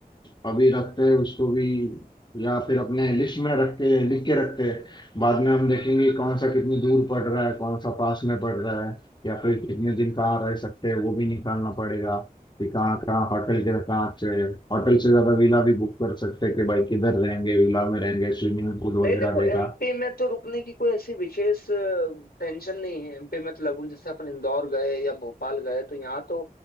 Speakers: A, on the left (about 30°); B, on the left (about 85°).
A: अभी रखते हैं उसको भी या फिर अपने लिस्ट में रख के लिख के रखते हैं बाद में हम देखेंगे कौन सा कितनी दूर पड़ रहा है कौन सा पास में पड़ रहा है या फिर कितने दिन कहाँ रह सकते हैं वो भी निकालना पड़ेगा कि कहाँ कहाँ होटल के कहाँ अच्छे होटल से ज्यादा विला भी बुक कर सकते हैं कि भाई किधर रहेंगे विला में रहेंगे स्विमिंग पूल
B: नहीं
A: वगैरह
B: देखो
A: रहेगा
B: एमपी में तो रुकने की कोई ऐसी विशेष टेंशन नहीं है एमपी में तो लगभग जैसे अपन इंदौर गए या भोपाल गए तो यहाँ तो